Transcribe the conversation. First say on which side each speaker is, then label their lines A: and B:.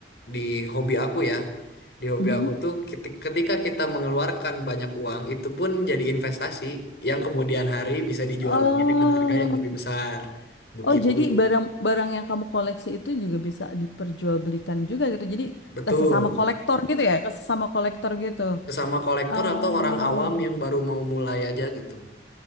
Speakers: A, on the left; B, on the left.
A: di hobi aku ya, di hobi
B: mhm.
A: aku tuh keti- ketika kita mengeluarkan banyak uang itu pun jadi investasi yang kemudian hari bisa dijual
B: Oh,
A: lagi dengan harga yang lebih besar. Begitu.
B: oh jadi barang-barang yang kamu koleksi itu juga bisa diperjualbelikan juga gitu. Jadi
A: Betul.
B: ke sesama kolektor gitu ya, ke sesama kolektor gitu.
A: Sesama kolektor
B: Oh.
A: atau orang awam yang baru mau mulai aja gitu.